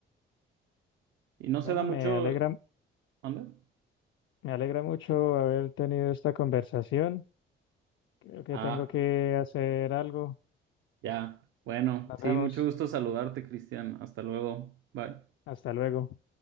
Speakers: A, on the right; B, on the left.
A: Y no
B: Bueno,
A: se da mucho.
B: me alegra,
A: ¿Anda?
B: me alegra mucho haber tenido esta conversación. Creo que
A: Ah,
B: tengo que hacer algo.
A: ya. Bueno,
B: Nos
A: sí,
B: vemos.
A: mucho gusto saludarte, Cristian. Hasta luego. Bye.
B: Hasta luego.